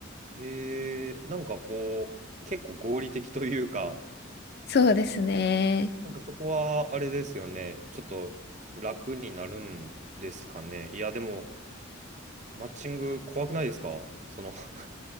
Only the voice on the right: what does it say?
へえ、なんかこう、結構合理的というか、
なんかそこはあれですよね、ちょっと楽になるんですかね。いや、でも、マッチング怖くないですかその、<laughs>